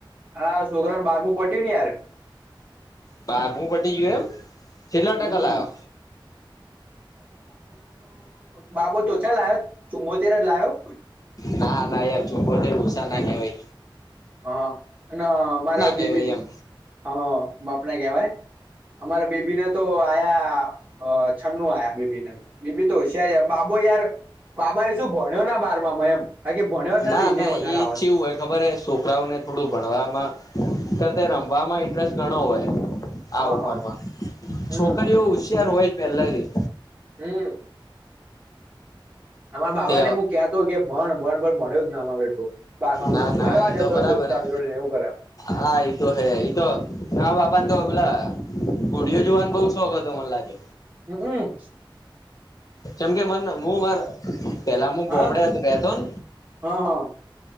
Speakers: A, on the right (about 15°); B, on the left (about 45°).
A: હા સોકરાનું બારમું પટ્યું ન યાર.
B: બારમું પટી ગયું એમ? છેટલા
A: હમ
B: ટકા લોયો?
A: બાબુ તો ઓછા લાયો, ચુમ્મોતેર જ લાયો.
B: ના ના યાર, ચુમ્મોતેર ઓસા ના કેવાય.
A: હા, અને મારે
B: કહેવાય
A: બીબી,
B: એમ
A: હા બાપને કહેવાય. અમારા બેબીને તો આયા અ છન્નું આયા બીબી ને તો, બીબી તો હોસિયાર યાર, બાબો યાર બાબા એ સુ, ભણ્યો ના બારમાં માં એમ. બાકી ભણ્યો જ ને
B: ના
A: તો એને
B: ના
A: વધારે
B: એ,
A: આવત
B: છેવું હોય ખબર એ શું છોકરાઓ ને થોડું ભણવામાં કર તે રમવામાં ઇન્ટરેસ્ટ ગણો હોય
A: હા
B: આ ઉંમરમાં,
A: હા હમ
B: છોકરીઓ ઉશિયાર હોય જ પેહલાથી.
A: હમ્મ. અમારા બાબાને
B: તે
A: મુ કેહતો કે, ભણ ભણ પણ એ ભણ્યો <unintelligible> માં બેઠો બારમાં,
B: ના
A: ભરવા
B: ના એ
A: જતોર
B: તો બરાબર
A: દોસ્તાર
B: હે
A: જોડે ને એવું કરે.
B: હા ઈ તો હે, ઈતો મારા બાપાન તો અગલા ઘોડિયો જોવાન બઉ શોખ હતો મને લાગે.
A: હમ્અમ્.
B: છેમ કે મને, મુ મારા, પેલા મું ગોમડે
A: હા
B: જ રહેતોન?
A: હા હા.